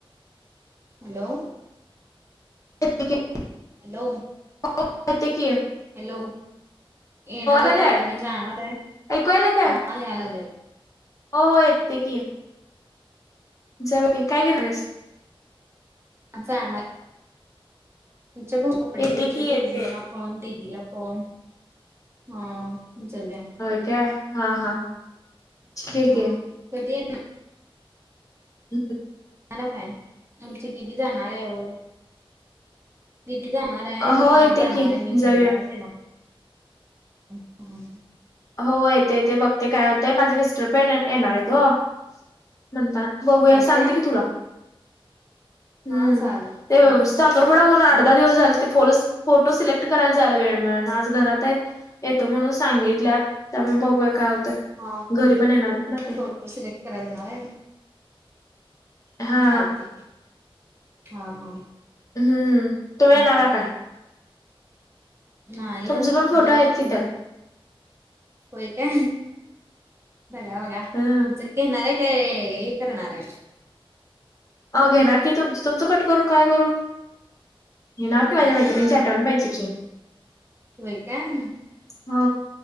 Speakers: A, on the right; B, on the left.
A: हॅलो
B: क
A: हॅलो
B: <unintelligible>
A: हॅलो येणार आहे
B: यायलय
A: काय आज मी जाणार आहे
B: ऐकू यायलय काय?
A: हा यायलागले.
B: हो हो येते की. जाऊ काय गेलस.
A: आमचा जाणार तूमचे भाऊ कपडे
B: येते
A: घ्याचे
B: की येते.
A: मोजून मापू फोन दिदीला फोन हा तूमचा द्या.
B: व्हय काय हा हा. ठीक आहे
A: हा
B: की
A: कधी
B: ह <inaudible>
A: ना काय आमची दिदी जाणार आहे हो. दिदी जाणार आहे
B: हो
A: म
B: येते
A: जाणार
B: की
A: आहे मी घ्यायला
B: जाऊया.
A: आज आहे.
B: हो येतेेते बघते काय होतेय माझे मिस्टर पण येणार आहेत हो. म्हणताना बघूया
A: होय
B: सांगते
A: काय
B: की तुला. हम्म
A: हा चालेल
B: ते
A: चांगल
B: साखरपुडा होऊन अर्धा
A: काय
B: दिवस झाला ते फोलच फोटो सिलेक्ट करायला जायला वेळ मिळणा आज घरात आहेत येतं म्हणून सांगितल्या. त्यामुळे बघूया काय होतं.
A: हा
B: घरी पण येणार आहेत ना ते
A: फोटो सलक्ट कर देणार.
B: हा
A: चालते हा हा.
B: हम्म तुम्ही
A: आणि
B: येणारा काय.
A: ह येऊ
B: तुमचे पण फोटो
A: जाऊन
B: आहेत की
A: पण.
B: त्यात
A: होय का बघा बघा
B: ह
A: आमचं. घेणार आहे काय हे करणार आहे.
B: अ घेणारारखी तुम तुमचं कट करून काय करू. येणार की माझ्या
A: काय
B: मैत्रिणीची
A: माहिती आता
B: आठवण पाहिजे की.
A: होय काय
B: ह